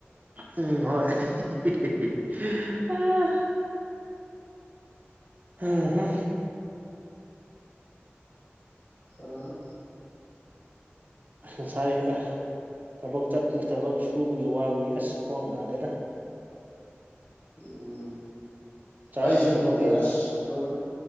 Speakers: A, on the right (about 40°); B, on the left (about 45°).
A: ꯎꯝ ꯍꯣꯏ <unintelligible> ꯑꯥ ꯑ ꯍꯥ
B: ꯑ
A: ꯉꯁꯥꯏ ꯑꯥ ꯊꯕꯛ ꯆꯠꯄꯒꯤ ꯊꯕꯛ ꯁꯨꯕꯒꯤ ꯋꯥꯕꯒꯤ ꯑꯁ ꯈ꯭ꯋꯥꯡ ꯅꯥꯔꯦꯗ
B: ꯎꯝ
A: ꯆꯥꯔꯖꯀꯤ
B: ꯑꯩꯁꯨꯅꯤꯅ‌ꯦ
A: ꯊꯕꯛ ꯂꯩꯕ
B: ꯑꯁ ꯂꯣꯏ